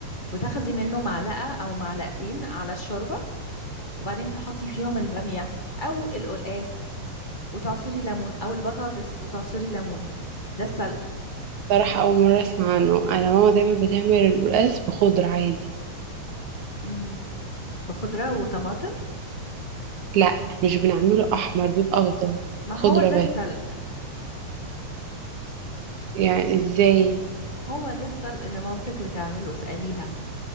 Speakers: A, on the left; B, on the right.
A: وتاخدي منه معلقة أو معلقتين على الشوربة وبعدين تحطي فيهم البامية أو القلقاس وتعصري ليمون أو البطاطس وتعصري ليمون ده السلق
B: الصراحة اول مرة اسمع عنه انا ماما دايما بتعمل الرقاس بخضرة عادي
A: مم. بخضرة وطماطم
B: لا مش بنعمله احمر بيبقى اخضر
A: ما
B: خضرة
A: هو ده
B: بس
A: السلق
B: يعني ازاي
A: هو ده السلق اللي مامتك بتعمله اسأليها